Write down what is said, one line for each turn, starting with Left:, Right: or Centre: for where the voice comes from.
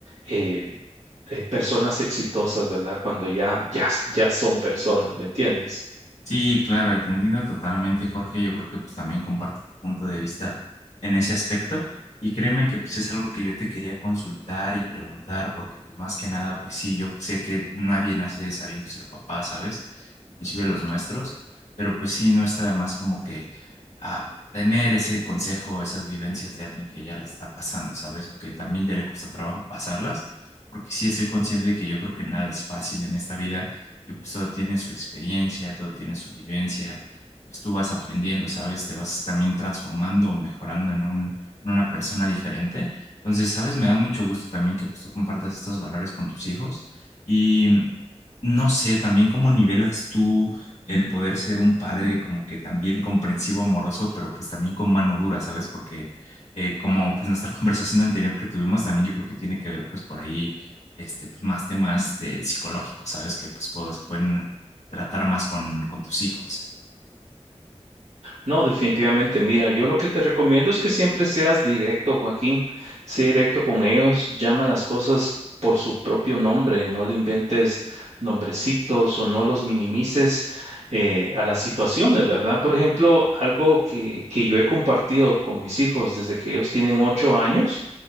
Right: eh, eh, personas exitosas, ¿verdad? Cuando ya, ya, ya son personas, ¿me entiendes?
Left: Sí, claro, y te entiendo totalmente, Jorge. Yo creo que pues, también comparto tu punto de vista en ese aspecto. Y créeme que pues, es algo que yo te quería consultar y preguntar, porque pues más que nada, pues sí, yo sé que nadie nace sabiendo ser papá, ¿sabes? Inclusive los nuestros, pero pues sí, no está de más como que ah, tener ese consejo, esas vivencias de alguien que ya la está pasando, ¿sabes? O que también ya le cuesta trabajo pasarlas, porque sí estoy consciente de que yo creo que nada es fácil en esta vida y pues todo tiene su experiencia, todo tiene su vivencia, pues tú vas aprendiendo, ¿sabes? Te vas también transformando, mejorando en un, en una persona diferente. Entonces, ¿sabes? Me da mucho gusto también que pues tú compartas estos valores con tus hijos y no sé, también cómo nivelas tú el poder ser un padre como que también comprensivo, amoroso, pero pues también con mano dura, ¿sabes? Porque eh, como pues nuestra <laughs> conversación anterior que tuvimos, también yo creo que tiene que ver pues por ahí este, pues, más temas de psicológicos, ¿sabes? Que pues puedo- se pueden tratar más con, con tus hijos.
Right: No, definitivamente. Mira, yo lo que te recomiendo es que siempre seas directo, Joaquín. Sé directo con ellos, llama las cosas por su propio nombre, no le inventes nombrecitos o no los minimices eh, a las situaciones, ¿verdad? Por ejemplo, algo que, que yo he compartido con mis hijos desde que ellos tienen ocho años